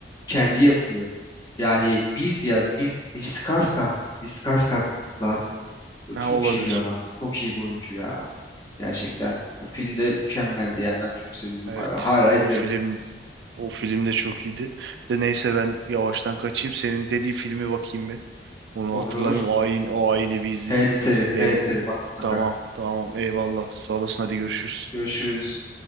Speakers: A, on the left; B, on the right.
A: kendi yapıyor. Yani Bill diye adı. Bill, Bill Skarsgård. Bill Skarsgård lazım. O
B: Ha
A: Çok
B: olabilir.
A: iyi bir adam. Çok iyi bir oyuncu ya. Gerçekten bu filmde mükemmeldi. Yani ben çok seviyorum
B: Evet.
A: hala. Hala izlerim.
B: O film o film de çok iyiydi. De neyse ben yavaştan kaçayım. Senin dediğin filmi bakayım bir. Onu
A: Olur
B: hatırlamıyorum.
A: olur.
B: O ayin, o ayini bir izleyeyim.
A: Hereditary.
B: Eyvah.
A: Hereditary bak mutlaka.
B: Tamam tamam eyvallah. Sağ olasın hadi görüşürüz.
A: Görüşürüz.